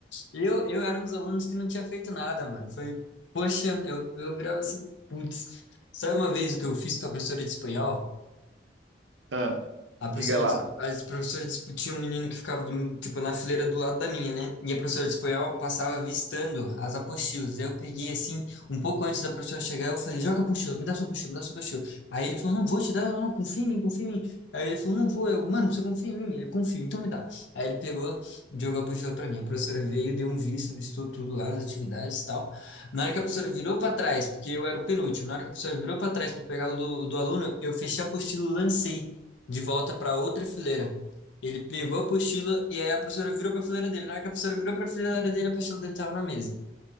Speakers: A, on the left; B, on the right.
A: Eu, eu era um dos alunos que não tinha feito nada, mano. Foi, poxa, eu, eu virava assim, putz. Sabe uma vez o que eu fiz com a professora de espanhol?
B: Ah,
A: A
B: diga
A: professora,
B: lá.
A: dis- as professoras discutiam um menino que ficava, do- tipo, na fileira do lado da minha, né? E a professora de espanhol passava avistando as apostilas. Daí eu peguei, assim, um pouco antes da professora chegar, eu falei, joga a apostila, me dá sua apostila, me dá sua apostila. Aí ele falou, não, vou te dar, não, confia em mim, confia em mim. Aí ele falou, não vou, eu, mano, você confia em mim? Ele, confio, então me dá. Aí ele pegou, jogou a apostila pra mim. A professora veio, deu um visto, vistou tudo lá, as atividades e tal. Na hora que a professora virou pra trás, porque eu era o penúltimo, na hora que a professora virou pra trás pra pegar o do, o do aluno, eu fechei a apostila e lancei de volta para outra fileira. Ele pegou a apostila e aí a professora virou para a fileira dele. Na hora que a professora virou para a fileira dele, a apostila dele estava na mesa.